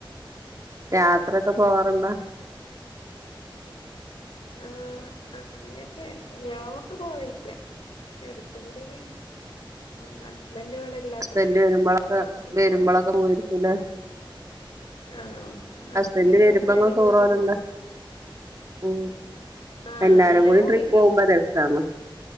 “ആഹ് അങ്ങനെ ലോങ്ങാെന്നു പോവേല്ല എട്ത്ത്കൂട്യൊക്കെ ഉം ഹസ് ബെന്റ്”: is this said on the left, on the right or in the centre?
Left